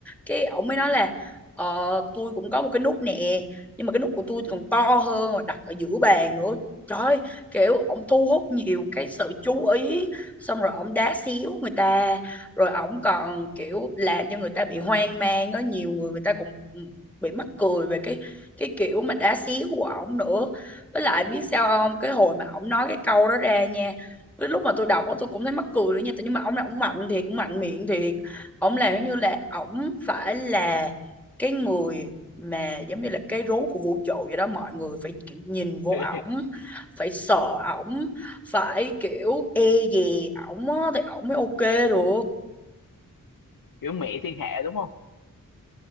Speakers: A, in the centre; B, on the left.
A: cái ổng mới nói là ờ, tôi cũng có một cái nút nè nhưng mà cái nút của tôi còn to hơn mà đặt ở giữa bàn nữa trời ơi, kiểu ổng thu hút nhiều cái sự chú ý xong rồi ổng đá xíu người ta rồi ổng còn kiểu làm cho người ta bị hoang mang có nhiều người người ta cũng bị mắc cười về cái cái kiểu mà đá xíu của ổng nữa với lại biết sao không cái hồi mà ổng nói cái câu đó ra nha Đến lúc mà tôi đọc đó, tôi cũng thấy mắc cười nữa nha nhưng mà ông này ông mạnh thiệt cũng mạnh miệng thiệt ông làm giống như là ông phải là cái người mà giống như là cái rốn của vũ trụ vậy đó mọi người phải kiểu nhìn vô
B: <laughs>
A: ổng phải sợ ổng phải kiểu e dè ổng á thì ổng mới ok được
B: kiểu mẹ thiên hạ đúng không